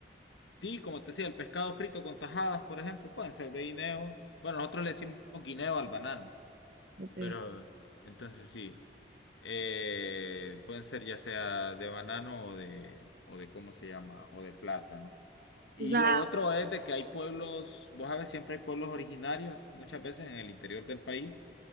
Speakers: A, on the left; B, on the right.
A: Sí, como te decía, el pescado frito con tajadas, por ejemplo, pueden ser de guineo. Bueno, nosotros le decimos guineo al banano,
B: Ok.
A: pero entonces sí, eh, pueden ser ya sea de banano o de, o de, ¿cómo se llama? O de plátano. Y
B: O sea,
A: lo otro es de que hay pueblos, vos sabes, siempre hay pueblos originarios, muchas veces en el interior del país,